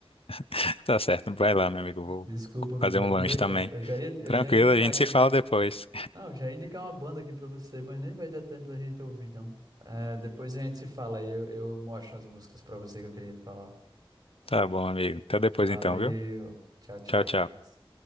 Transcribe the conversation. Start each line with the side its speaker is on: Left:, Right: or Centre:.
Left: <laughs> Tá certo, vai lá, meu amigo. eu Vou
Right: Desculpa, amigo,
Left: fazer
Right: vou
Left: um
Right: aproveitar.
Left: lanche também.
Right: Eu já ia, eu
Left: Tranquilo,
Right: já ia indicar
Left: a gente
Right: aqui.
Left: se fala depois.
Right: Não, eu já ia indicar uma banda aqui pra você, mas nem vai dar tempo da gente ouvir, não. É, depois a gente se fala e eu, eu mostro as músicas pra você que eu queria falar.
Left: <laughs> Tá bom, amigo. Até depois
Right: Valeu,
Left: então, viu?
Right: tchau, tchau,
Left: Tchau, tchau.
Right: até mais.